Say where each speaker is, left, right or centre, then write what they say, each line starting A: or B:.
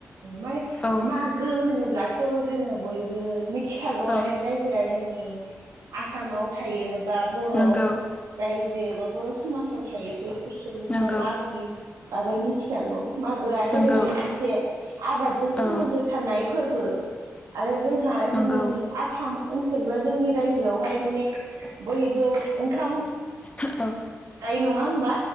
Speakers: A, on the right; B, on the left.
A: माने
B: औ
A: मागो होनोब्लाथ' जोङो बयबो मिथिखागौ
B: औ
A: आरो जाय। फोरा जोंनि आसामाव थायो बा बर'
B: नंगौ
A: रायजो बा बर' समाजाव थायो बैफोर सुबुंफ्रा
B: नंगौ
A: मागोनि बागै मिथिखागौ। मागोआ जाहैबाय
B: नंगौ
A: मोनसे आबादजों सोमोन्दो
B: औ
A: थानाय फोरबो। आरो जोंहा
B: नंगौ
A: जोंनि आसाम ओनसोल बा जोंनि रायजोआवहाय माने बयबो ओंखाम
B: औ
A: दायो नङा होमबा